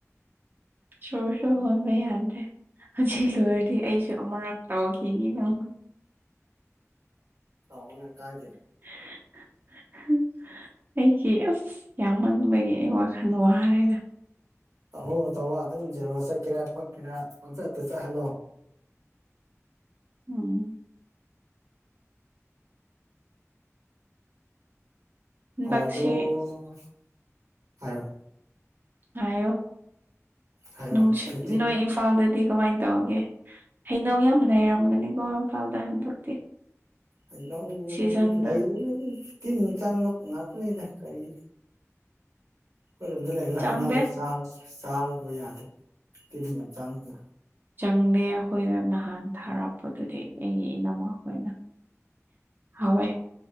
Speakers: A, on the right (about 40°); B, on the right (about 90°).
A: ꯁꯣꯔꯁꯨ ꯍꯣꯟꯕ ꯌꯥꯗ꯭ꯔꯦ ꯍꯧꯖꯤꯛ ꯂꯣꯏ ꯗꯤ ꯑꯩꯁꯨ ꯑꯃꯔꯛ ꯇꯧꯈꯤꯅꯤ ꯅꯪ
B: ꯁꯥꯎꯒꯅꯣ ꯀꯥꯏꯗꯦꯗ
A: <unintelligible> ꯑꯩꯒꯤ ꯑꯁ ꯌꯥꯝꯃꯟꯕꯒꯤ ꯑꯩ ꯋꯥꯈꯜ ꯋꯥꯔꯦꯗ
B: ꯇꯧꯑꯣ ꯇꯧꯑꯣ ꯑꯗꯨꯝ ꯖꯦꯔꯤ ꯆꯠꯀꯦꯔꯥ ꯈꯣꯠꯀꯦꯔꯥ ꯄꯪꯆꯠꯇ ꯆꯠꯍꯜꯂꯣ
A: ꯑꯝ ꯍꯟꯗꯛꯁꯤ
B: ꯑꯗꯣ ꯍꯥꯏꯔꯣ
A: ꯍꯥꯏꯌꯣ
B: ꯍꯥꯏꯔꯣ
A: ꯅꯨꯡꯁꯤꯠ
B: ꯐꯤꯐꯇꯤ
A: ꯅꯣꯏ ꯏꯝꯐꯥꯜꯗꯗꯤ ꯀꯃꯥꯏꯅ ꯇꯧꯒꯦ ꯍꯩꯅꯧ ꯌꯥꯝꯅ ꯂꯩꯔꯝꯒꯅꯤꯀꯣ ꯏꯝꯐꯥꯜꯗ ꯍꯟꯗꯛꯇꯤ
B: ꯂꯩꯅꯧ
A: ꯁꯤꯖꯟꯗꯣ
B: ꯂꯩꯕꯅꯤ ꯇꯤꯟ ꯆꯥꯡꯕ ꯉꯥꯛꯇꯅꯤꯗ ꯀꯔꯤ ꯑꯩꯈꯣꯏꯔꯣꯝꯗ ꯂꯩꯕ
A: ꯆꯪꯗꯦ
B: ꯍꯩꯅꯎꯗꯤ ꯆꯥ ꯆꯥꯕꯕꯨ ꯌꯥꯗꯦ ꯇꯤ ꯌꯥꯝ ꯆꯥꯡꯗꯅ
A: ꯆꯪꯗꯦ ꯑꯩꯈꯣꯏꯗ ꯅꯍꯥꯟ ꯊꯥꯔꯛꯄꯗꯨꯗꯤ ꯑꯩꯒꯤ ꯏꯅꯝꯃꯥꯈꯣꯏꯅ ꯍꯥꯎꯋꯦ